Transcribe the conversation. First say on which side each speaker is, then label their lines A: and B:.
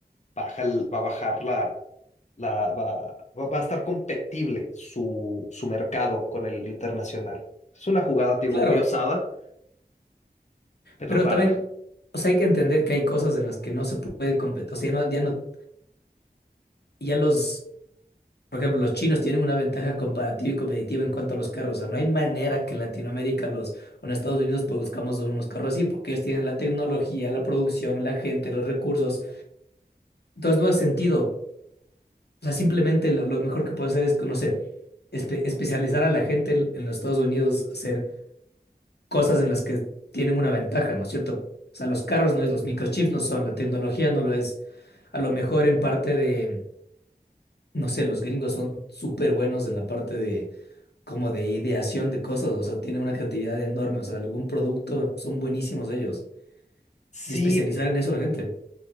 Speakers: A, on the left; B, on the left.
A: baja el- va a bajar la, la va, va va a estar competible su, su mercado con el internacional. Es una jugada, te digo,
B: claro,
A: muy osada, pero
B: pero
A: rara.
B: también... O sea, hay que entender que hay cosas en las que no se puede competir. O sea, ya no, ya no Y ya los, por ejemplo, los chinos tienen una ventaja comparativa y competitiva en cuanto a los carros. O sea, no hay manera que en Latinoamérica los, o en Estados Unidos produzcamos unos carros así, porque ellos tienen la tecnología, la producción, la gente, los recursos. Entonces no hace sentido. O sea, simplemente lo, lo mejor que puedo hacer es que conocer, espe- especializar a la gente en, en los Estados Unidos, hacer cosas en las que tienen una ventaja, ¿no es cierto? O sea, los carros no es, los microchips no son, la tecnología no lo es. A lo mejor en parte de No sé, los gringos son súper buenos en la parte de como de ideación de cosas, o sea, tienen una creatividad enorme, o sea, algún producto son buenísimos ellos.
A: Sí,
B: Y especializar en eso la gente.